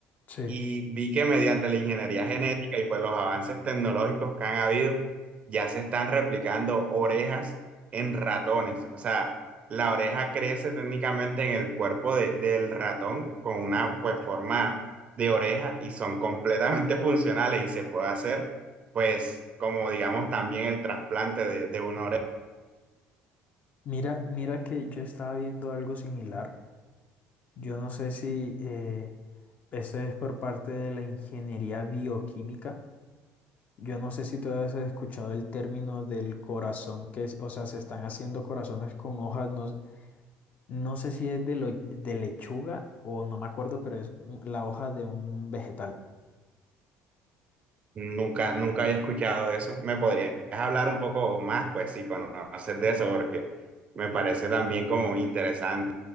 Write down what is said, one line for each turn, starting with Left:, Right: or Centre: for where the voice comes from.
Left: Sí.
Right: Y vi que mediante la ingeniería genética y pues los avances tecnológicos que han habido, ya se están replicando orejas en ratones. O sea, la oreja crece técnicamente en el cuerpo de- del ratón con una pues forma de oreja y son completamente <laughs> funcionales y se puede hacer pues como digamos también el trasplante de, de una oreja.
Left: Mira, mira que yo estaba viendo algo similar. Yo no sé si eh, esto es por parte de la ingeniería bioquímica. Yo no sé si tú has escuchado el término del corazón que es, o sea, se están haciendo corazones con hojas, no, No sé si es de, lo- de lechuga o no me acuerdo, pero es un- la hoja de un vegetal.
Right: Nunca, nunca había escuchado eso. ¿Me podrías hablar un poco más, pues, si conoces de eso? Porque me parece también como interesante.